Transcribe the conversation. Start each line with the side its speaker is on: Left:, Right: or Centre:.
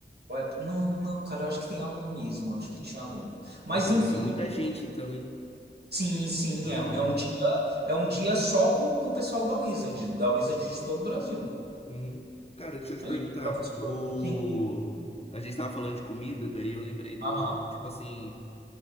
Right: Ou é- Não, não, cara, eu acho que tem aluno mesmo, eu acho que tinha aluno. Mas,
Left: Nossa,
Right: enfim,
Left: mas é muita gente então, hein?
Right: sim, sim,
Left: Não,
Right: é, é
Left: Igor.
Right: um dia, é um dia só com, com o pessoal da Wizard, da Wizard de todo o Brasil.
Left: Uhum. Cara, deixa eu
Right: Aí,
Left: te perguntar.
Right: professor,
Left: O...
Right: sim,
Left: A gente tava falando de comida, daí eu lembrei do.
Right: aham,
Left: Tipo assim,